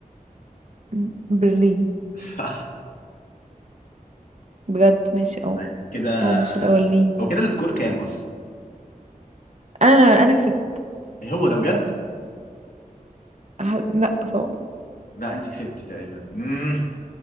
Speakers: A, on the right (about 50°); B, on the left (about 70°).
A: مم. برلين
B: <laughs> صح
A: بجد ماشي اه
B: طيب كده
A: هو مش الاولاني
B: هو كده السكور كام أصلا؟
A: انا انا كسبت
B: إيه هو ده بجد؟
A: ه- لا طبعا
B: لا أنت كسبتي تقريبا مم.